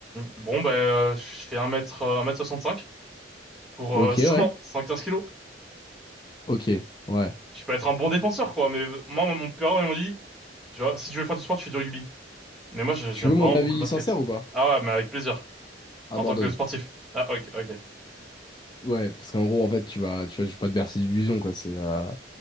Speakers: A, in the centre; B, on the left (about 25°).
A: bon, ben, euh, je fais un mètre, euh, 1 mètre cinq pour
B: Ok,
A: euh, <laughs> cent
B: ouais.
A: cent quinze kilos.
B: Ok, ouais.
A: Je peux être un bon défenseur, quoi. Mais euh, moi, mon père, il m'a dit, tu vois, si tu veux faire du sport, tu fais du rugby. Mais moi, je- j'aime
B: Tu veux mon
A: vraiment
B: avis
A: beaucoup le basket.
B: sincère ou pas?
A: Ah ouais, mais avec plaisir.
B: Abandonne.
A: En tant que sportif. Ah, ok, ok.
B: Ouais, parce qu'en gros, en fait, tu vas, tu vas, je vais pas te bercer d'illusions, quoi. C'est, euh,